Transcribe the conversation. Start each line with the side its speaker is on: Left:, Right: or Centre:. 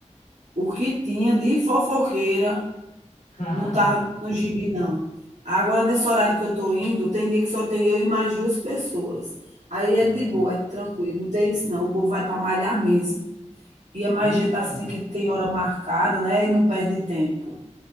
Right: o que tinha de fofoqueira
Left: <laughs>
Right: não estava no gibi não. Agora nesse horário que eu tô indo, tem dia que só tem eu e mais 2 pessoas. Aí é
Left: Ah,
Right: de boa, é tranquilo, não tem isso não, o povo vai para malhar mesmo. E é mais
Left: isso
Right: gente
Left: que
Right: tá assim
Left: é bom.
Right: que tem hora marcada, né, e não perde tempo.